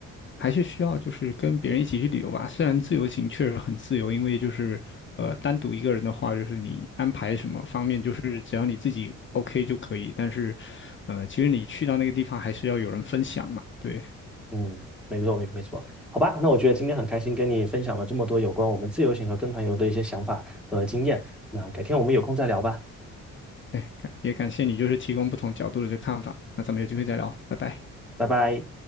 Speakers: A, on the left (about 40°); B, in the centre.
A: 还是需要就是跟别人一起去旅游吧。虽然自由行确实很自由，因为就是呃单独一个人的话，就是你安排什么方面，就是只要你自己 OK 就可以。但是，呃，其实你去到那个地方还是要有人分享嘛。对，
B: 嗯，没错，没没错。好吧，那我觉得今天很开心跟你分享了这么多有关我们自由行和跟团游的一些想法和经验。那改天我们有空再聊吧，
A: 哎，感也感谢你就是提供不同角度的这看法。那咱们有机会再聊，拜拜。
B: 拜拜。